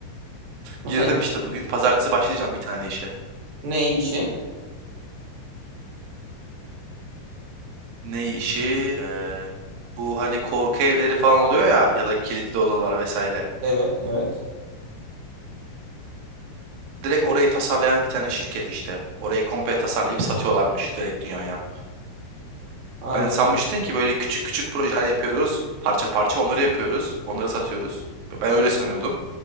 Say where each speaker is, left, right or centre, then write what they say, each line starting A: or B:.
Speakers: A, on the right; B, on the right.
A: <laughs>
B: Girdim işte bugün. Pazartesi başlayacağım bir tane işe.
A: Ne işi?
B: Ne işi? Ee, bu hani korku evleri falan oluyor ya ya da kilitli odalar vesaire.
A: Evet, evet.
B: Direkt orayı tasarlayan bir tane şirket işte. Orayı komple tasarlayıp satıyorlarmış direkt dünyaya.
A: Anladım.
B: Ben sanmıştım ki böyle küçük küçük projeler yapıyoruz. Parça parça onları yapıyoruz. Onları satıyoruz. Ben öyle sanıyordum.